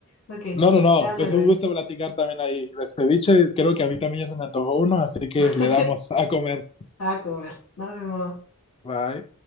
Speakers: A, on the left; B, on the left.
A: ok.
B: no, no, no,
A: Te hablo
B: pues
A: luego.
B: un gusto platicar también ahí. De ceviche, creo que a mí también ya se me antojó uno, así que
A: <laughs>
B: le damos a comer.
A: A comer. Nos vemos.
B: Bye.